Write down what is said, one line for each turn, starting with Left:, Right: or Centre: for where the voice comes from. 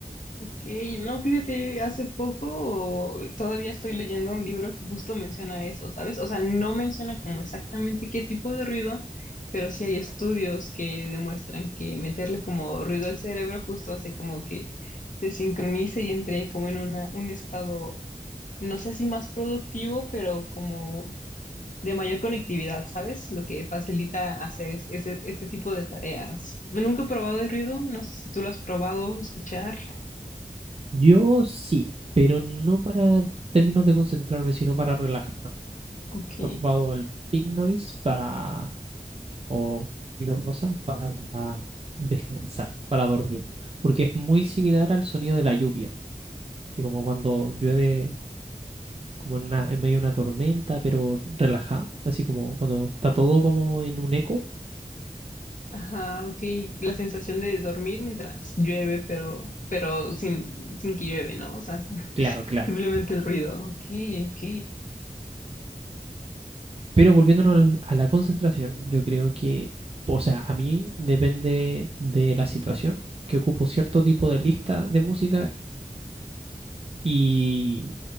Left: Ok, no, fíjate, hace poco todavía estoy leyendo un libro que justo menciona eso, ¿sabes? O sea, no menciona como exactamente qué tipo de ruido, pero sí hay estudios que demuestran que meterle como ruido al cerebro justo hace como que se sincronice y entre como en una, un estado, no sé si más productivo, pero como de mayor conectividad, ¿sabes? Lo que facilita hacer es- ese- este tipo de tareas. Nunca he probado el ruido, no sé si tú lo has probado, escuchar.
Right: Yo sí, pero no para términos de concentrarme, sino para relajar.
Left: Ok.
Right: He ocupado el pink noise para, o cualquier cosa, para descansar, para dormir porque es muy similar al sonido de la lluvia. Así como cuando llueve como en una, en medio de una tormenta, pero relajado, así como cuando está todo como en un eco.
Left: Ajá, ok. La sensación de dormir mientras llueve, pero, pero sin, sin que llueve, ¿no? O sea, <laughs>
Right: Claro, claro.
Left: simplemente el ruido. Ok, ok.
Right: Pero volviéndonos al- a la concentración, yo creo que, o sea, a mí depende de la situación, que ocupo cierto tipo de lista de música y,